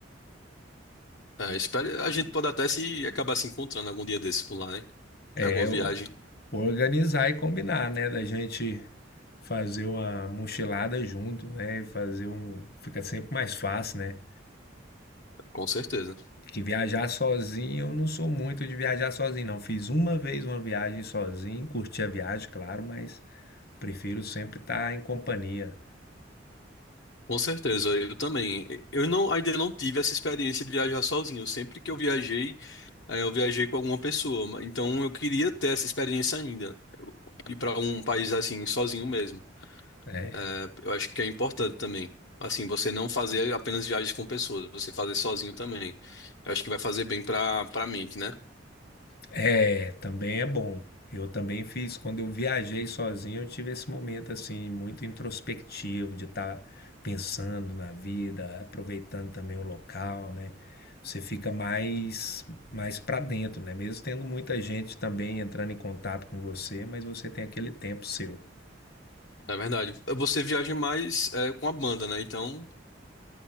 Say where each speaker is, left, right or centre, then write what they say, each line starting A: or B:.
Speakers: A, on the left (about 75°); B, on the left (about 55°).
A: Eh, espero, a gente pode até se acabar se encontrando algum dia desse por lá, né?
B: É,
A: Em alguma viagem,
B: o- organizar e combinar, né? Da gente fazer uma mochilada junto, né? Fazer um, fica sempre mais fácil, né?
A: com certeza.
B: Que viajar sozinho, eu não sou muito de viajar sozinho, não. Fiz uma vez uma viagem sozinho, curti a viagem, claro, mas Prefiro sempre estar em companhia.
A: Com certeza, eu também. Eu não, ainda não tive essa experiência de viajar sozinho. Sempre que eu viajei, eh, eu viajei com alguma pessoa. Então eu queria ter essa experiência ainda. Ir para um país assim, sozinho mesmo.
B: né?
A: É, eu acho que é importante também. Assim, você não fazer apenas viagens com pessoas, você fazer sozinho também. Eu acho que vai fazer bem pra, pra mente, né?
B: É, também é bom. Eu também fiz, quando eu viajei sozinho, eu tive esse momento assim, muito introspectivo, de estar pensando na vida, aproveitando também o local, né? Você fica mais, mais para dentro, né? Mesmo tendo muita gente também entrando em contato com você, mas você tem aquele tempo seu.
A: Na verdade, você viaja mais é, com a banda, né? Então,